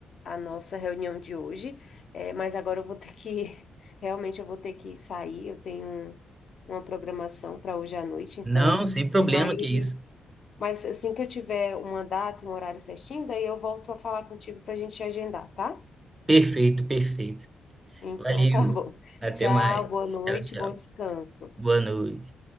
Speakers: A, on the left; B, on the right.
A: a nossa reunião de hoje, é, mas agora eu vou ter que, <laughs> realmente eu vou ter que sair, eu tenho um- uma programação para hoje à noite, então,
B: Não, sem problema,
A: mas,
B: que isso.
A: mas assim que eu tiver uma data e um horário certinho, daí eu volto a falar contigo para a gente agendar, tá?
B: Perfeito, perfeito.
A: Então
B: Valeu.
A: <laughs> tá bom.
B: Até
A: Tchau,
B: mais.
A: boa noite,
B: Tchau, tchau.
A: bom descanso.
B: Boa noite.